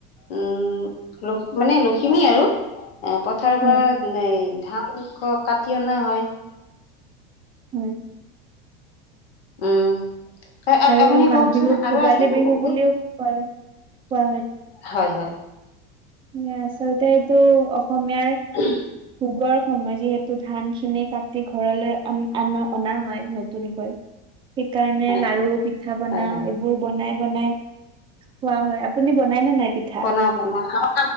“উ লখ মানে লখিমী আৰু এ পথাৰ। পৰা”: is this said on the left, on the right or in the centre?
Left